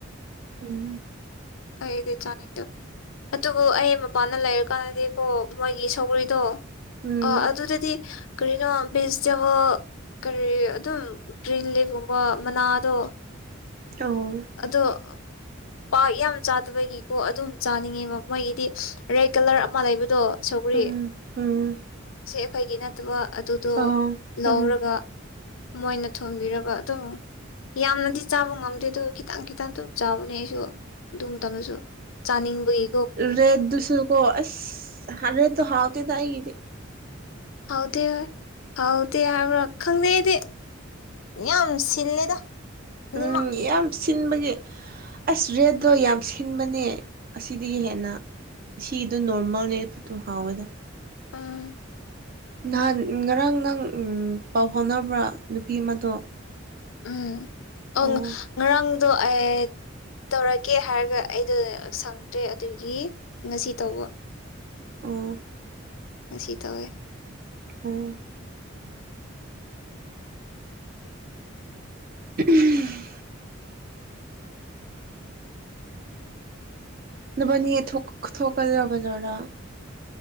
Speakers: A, on the right (about 45°); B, on the left (about 80°).
A: ꯎꯝ
B: ꯑꯩꯗꯤ ꯆꯥꯅꯤꯡꯗꯦ ꯑꯗꯨꯕꯨ ꯑꯩ ꯃꯄꯥꯟꯅ ꯂꯩꯔꯀꯥꯟꯗꯗꯤꯀꯣ ꯃꯣꯏꯒꯤ ꯁꯧꯒ꯭ꯔꯤꯗꯣ
A: ꯎꯝ
B: ꯑꯗꯨꯗꯗꯤ ꯀꯔꯤꯅꯣ ꯚꯤꯖꯤꯇꯦꯕꯜ ꯀꯔꯤ ꯑꯗꯨꯝ ꯒ꯭ꯔꯤꯟ ꯂꯤꯐꯒꯨꯝꯕ ꯃꯅꯥꯗꯣ
A: ꯑꯧ
B: ꯑꯗꯣ ꯄꯥꯥꯛ ꯌꯥꯝ ꯆꯥꯗꯕꯒꯤꯀꯣ ꯑꯗꯨꯝ ꯆꯥꯅꯤꯡꯉꯦꯕ ꯃꯣꯏꯒꯤꯗꯤ ꯔꯦꯗ ꯀꯂ꯭ꯔ ꯑꯃ ꯂꯩꯕꯗꯣ ꯁꯧꯒꯔꯤ
A: ꯎꯝ ꯎꯝ
B: ꯑꯁꯦ ꯑꯩꯈꯣꯏꯒꯤ ꯅꯠꯇꯕ ꯑꯗꯨꯗꯣ
A: ꯑꯧ
B: ꯂꯧꯔꯒ
A: ꯎꯝ
B: ꯃꯣꯏꯅ ꯊꯣꯡꯕꯤꯔꯒ ꯑꯗꯨꯝ ꯌꯥꯝꯅꯗꯤ ꯆꯥꯕ ꯉꯝꯗꯦ ꯑꯗꯨ ꯈꯤꯇꯪ ꯈꯤꯇꯪ ꯑꯗꯨꯝ ꯆꯥꯕꯅꯦ ꯑꯩꯁꯨ ꯑꯗꯨ ꯃꯇꯝꯗꯁꯨ ꯆꯥꯅꯤꯡꯕꯒꯤ
A: ꯔꯦꯠ ꯗꯨꯁꯨꯀꯣ ꯑꯁ ꯔꯦꯠ ꯇꯣ ꯍꯥꯥꯎꯇꯦꯗ ꯑꯩꯒꯤꯗꯤ
B: ꯍꯥꯎꯇꯦ ꯍꯣꯏ ꯍꯥꯎꯇꯦ ꯍꯥꯏꯕ꯭ꯔ ꯈꯪꯗꯦ ꯑꯩꯗꯤ ꯌꯥꯝ ꯁꯤꯜꯂꯦꯗ ꯑꯅꯤꯃꯛ
A: ꯎꯝ ꯌꯥꯝ ꯁꯤꯟꯕꯒꯤ ꯑꯁ ꯔꯦꯠꯇꯣ ꯌꯥꯝ ꯁꯤꯟꯕꯅꯦ ꯑꯁꯤꯗꯒꯤ ꯍꯦꯟꯅ ꯁꯤꯗꯣ ꯅꯣꯔꯃꯦꯜꯅꯦ ꯐꯨꯠꯇꯨ ꯍꯥꯎꯋꯦꯗ
B: ꯑ
A: ꯅꯍꯥꯟ ꯉꯔꯥꯡ ꯅꯪ ꯄꯥꯎ ꯐꯥꯎꯅꯕ꯭ꯔꯥ ꯅꯨꯄꯤ ꯑꯃꯗꯣ
B: ꯎꯝ
A: ꯑꯣ
B: ꯑꯪ ꯉꯔꯥꯡ ꯑꯗꯣ ꯑꯩ ꯇꯧꯔꯛꯀꯦ ꯍꯥꯏꯔꯒ ꯑꯩꯗꯣ ꯁꯪꯗ꯭ꯔꯦ ꯑꯗꯨꯒꯤ ꯉꯁꯤ ꯇꯧꯕ
A: ꯑꯣ
B: ꯉꯁꯤ ꯇꯧꯋꯦ
A: ꯑꯣ ꯎ ꯅꯕꯥꯏꯅꯤ ꯊꯣꯛ ꯊꯣꯛꯀꯗ꯭ꯔꯣ ꯕꯥꯖ꯭ꯔꯗ